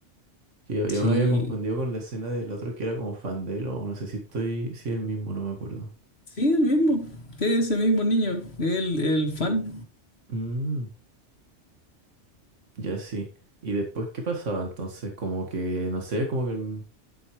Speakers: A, on the right (about 85°); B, on the left (about 60°).
A: Que yo, yo
B: Sí,
A: me había confundido con la escena del otro que era como fan de él, o no sé si estoy, si es el mismo, no me acuerdo.
B: sí, el mismo. Es ese mismo niño, el, el fan.
A: Mm, ya sí. ¿Y después qué pasaba? Entonces, como que, no sé, como que el,